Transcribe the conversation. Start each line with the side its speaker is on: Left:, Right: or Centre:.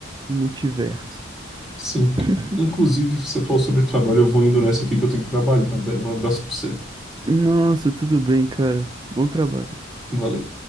Right: e multiverso.
Centre: Sim.
Right: <laughs>
Centre: Inclusive, você falou sobre trabalho, eu vou indo nessa aqui que eu tenho que trabalhar, velho. Um abraço pra você.
Right: Nossa, tudo bem, cara. Bom trabalho.
Centre: Valeu.